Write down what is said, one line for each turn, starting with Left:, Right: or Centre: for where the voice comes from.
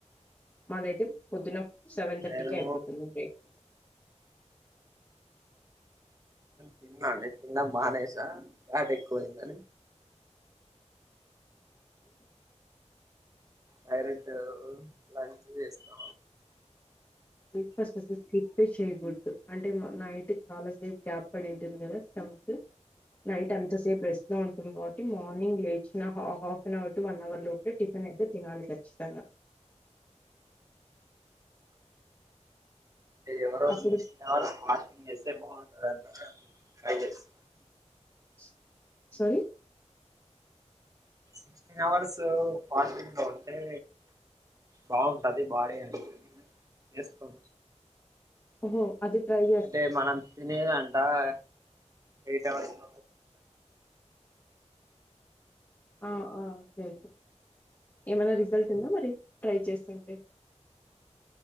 Left: మాదయితే పొద్దున సెవెన్ థట్టీకే
Right: నేను
Left: అయిపోతుంది బ్రేక్ఫాస్ట్.
Right: తిన్నాండి తిన్నడం మానేసా వాటేక్కువయిందని.
Left: ఓకే
Right: డైరెక్టు లంచ్ జేస్తా.
Left: బ్రేక్ఫాస్ట్ స్కిప్ చేయకూడదు అంటే మ నైట్ చాలా సేపు గ్యాప్ పడి ఉంటుంది గదా స్టమక్. నైట్ అంత సేపు రెస్టు లో ఉంటుంది కాబట్టి మార్నింగ్ లేచినా half an hour to one hour లో. ఏ టిఫిన్ అయితే తినాలి కచ్చితంగా.
Right: ఎవరో
Left: అప్పుడు
Right: సిక్స్టీన్ అవర్స్ ఫాస్టింగ్ చేస్తే బాగుంటదన్నారు ట్రై చేస్తా.
Left: స్ సారీ.
Right: సిక్స్టీన్ అవర్స్సు ఫాస్టింగ్ లో ఉంటే. బాగుంటది బాడీ అని చేస్తు.
Left: ఓహో. అది ట్రై జే.
Right: అంటే మనం తినేదంట అ ఎయిట్. అవరుస్సు.
Left: ఆ అ ఓకే ఏమైనా రిజల్ట్ ఉందా మరి ట్రై చేస్తుంటే.